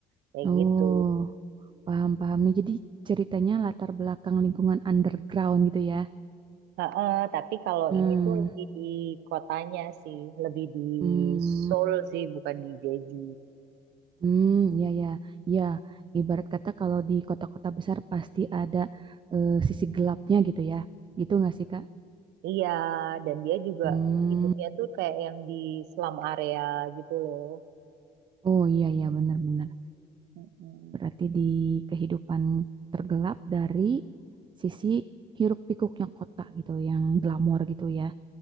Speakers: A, on the right; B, on the right.
A: kayak
B: Oh,
A: gitu.
B: paham, paham nih. Jadi ceritanya latar belakang lingkungan underground gitu ya?
A: Heeh, tapi kalau
B: Hmm,
A: ini tuh lebih di kotanya sih, lebih di
B: hmm.
A: Seoul sih, bukan di Jeju.
B: Hmm, ya ya ya. Ibarat kata kalau di kota-kota besar pasti ada eh, sisi gelapnya gitu ya. Gitu nggak sih Kak?
A: Iya, dan dia juga
B: Hmm,
A: hidupnya tuh kayak yang di slum area gitu loh.
B: oh iya iya benar-benar.
A: Mm-mm.
B: Berarti di kehidupan tergelap dari sisi hiruk-pikuknya kota gitu, yang glamor gitu ya.